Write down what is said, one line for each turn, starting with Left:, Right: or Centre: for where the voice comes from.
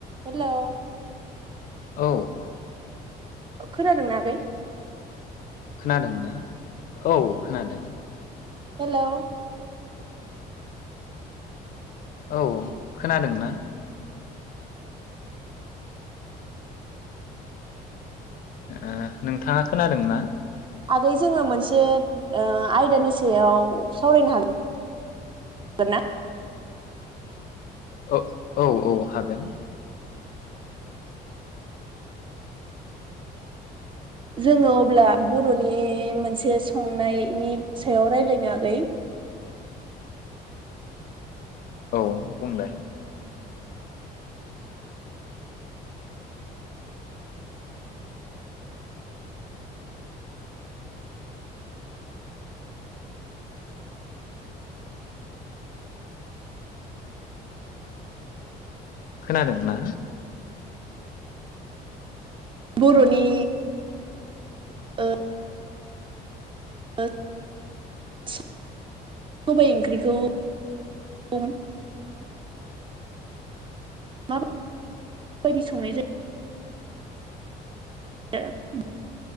Right: हेलौ।
Left: औ।
Right: खोनादोंना आगै?
Left: खोनादों ना औ खोनादों।
Right: हेलौ।
Left: औ खोनादों ना? ओ नोंथाङा खोनादों ना?
Right: आगै जोङो मोनसे ओ आयदानि सायाव सावरायनो हागोन गोनना?
Left: ओ औ औ हागोन।
Right: जोङो अब्ला बर'नि मोनसे संनायनि सायाव रायलायनो आगै।
Left: औ बुंलाय। खोनादोंना?
Right: बर'नि ओ ओ <unintelligible> गुबै ओंख्रिखौ खौ मा बायदि संनाय जायो। रो